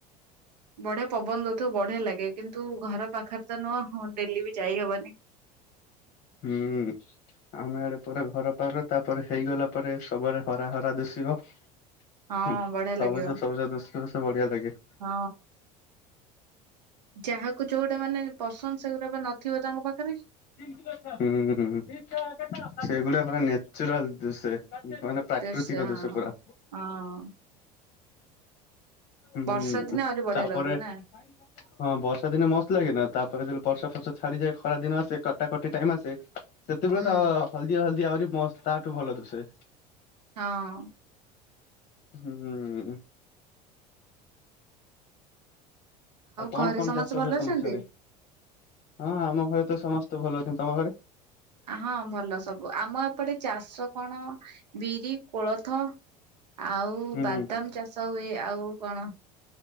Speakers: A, on the right (about 80°); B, on the left (about 45°).
A: ବଢିଆ ପବନ ଦଉଥିବ ବଢିଆ ଲାଗେ କିନ୍ତୁ ଘର ପାଖରେ ତ ନୁହଁ ହଁ ଡେଲି ବି ଯାଇହବନି।
B: ହୁଁ। ଆମେ ଆଡେ ପୁରା ଘର ପାଖ ତାପରେ ହେଇଗଲା ପରେ ସବୁ ଆଡ଼େ ହରା ହରା ଦିଶିବ।
A: ହଁ
B: ହୁଁ
A: ବଢିଆ
B: ସବୁଜ
A: ଲାଗିବ।
B: ସବୁଜ ଦୁଷିବ ସବୁ ବଢିଆ ଲାଗିବ।
A: ହଁ ଯାହା ଯୋଉଟା ମାନେ ପସନ୍ଦ ସେଗୁଟା ନଥିବ ତାଙ୍କ ପାଖରେ।
B: ହୁଁ ହୁଁ ସେଗୁଡା ପରା ନ୍ୟାଚୁରାଲ ଦୁଶେ। ମାନେ ପ୍ରାକୃତିକ
A: ଦେ ସେ ହଁ।
B: ଦୁଶ୍ୟା ପୁରା।
A: ହଁ
B: ହୁଁ
A: ବର୍ଷା ଦିନେ ଆହୁରି ବଢିଆ
B: ତାପରେ
A: ଲାଗୁଥିବ ନା
B: ହଁ ବର୍ଷା ଦିନେ ମସ୍ତ ଲାଗେ ନା ତାପରେ ଯେବେ ବର୍ଷା ଫର୍ସ ଛାଡିଯାଏ। ଖରା ଦିନ ଆସେ କଟାକଟି ଟାଇମ ଆସେ ସେତେଳେ
A: ହୁଁ
B: ତ ହଳଦିଆ ହଳଦି ଆହୁରି ମସ୍ତ ତାଠୁ ଭଲ ଦୁସେ।
A: ହଁ।
B: ହୁଁ ହୁଁ। ଆଉ କଣ
A: ଘରେ
B: କଣ
A: ସମସ୍ତେ
B: ଚାଷ
A: ଭଲ
B: ହୁଏ ତମ
A: ଅଛନ୍ତି?
B: ସିଆଡେ? ହଁ ଆମ ଘରେ ତ ସମସ୍ତେ ଭଲ ଅଛନ୍ତି ତମ ଘରେ?
A: ହଁ ଭଲ ସବୁ ଆମ ଏପଟେ ଚାଷ କଣ ବିରି କୋଳଥ ଆଉ
B: ହୁଁ
A: ବାଦାମ ଚାଷ ହୁଏ। ଆଉ କଣ